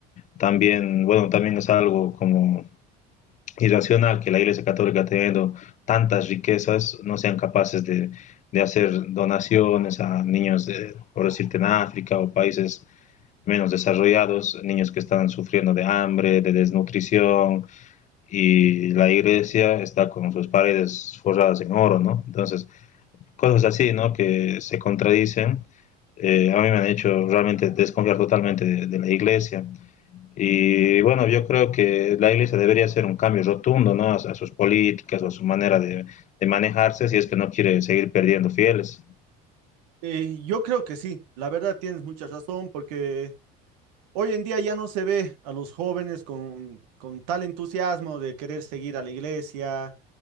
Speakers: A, on the left; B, on the right.
A: también, bueno, también es algo como irracional que la Iglesia Católica teniendo tantas riquezas no sean capaces de, de hacer donaciones a niños, de, por decirte, en África o países menos desarrollados, niños que están sufriendo de hambre, de desnutrición, y la iglesia está con sus paredes forradas en oro, ¿no? Entonces, cosas así, ¿no? Que se contradicen, eh, a mí me han hecho realmente desconfiar totalmente de, de la iglesia. Y bueno, yo creo que la Iglesia debería hacer un cambio rotundo ¿no? a, a sus políticas o a su manera de, de, manejarse si es que no quiere seguir perdiendo fieles.
B: Eh, yo creo que sí, la verdad tienes mucha razón, porque Hoy en día ya no se ve a los jóvenes con, con tal entusiasmo de querer seguir a la iglesia.